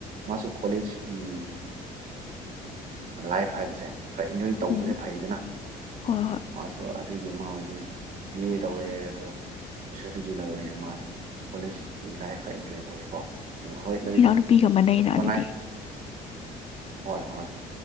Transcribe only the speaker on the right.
ꯃꯥꯁꯨ ꯀꯣꯂꯦꯖꯀꯤ ꯂꯥꯏꯐ ꯍꯥꯏꯕꯁꯦ ꯈꯔ ꯏꯟꯖꯣꯏ ꯇꯧꯕꯁꯦ
ꯐꯩꯗꯅ
ꯃꯥꯁꯨ ꯑꯗꯨꯒꯤ ꯃꯥ ꯍꯧꯖꯤꯛ ꯀꯤ ꯇꯧꯋꯦ ꯑꯗꯣ ꯁꯣꯁꯤꯌꯣꯂꯣꯖꯤ ꯗ ꯑꯣꯏꯔꯦ ꯃꯥꯁꯤ ꯀꯣꯂꯦꯖꯀꯤ ꯂꯥꯏꯐ ꯈꯔ ꯏꯟꯖꯣꯏ ꯇꯧꯋꯦꯀꯣ ꯑꯗꯨ ꯍꯣꯏ ꯂꯥꯏꯔꯤꯛꯁꯨ
ꯍꯣꯠꯅꯩ
ꯍꯣꯏ ꯍꯣꯏ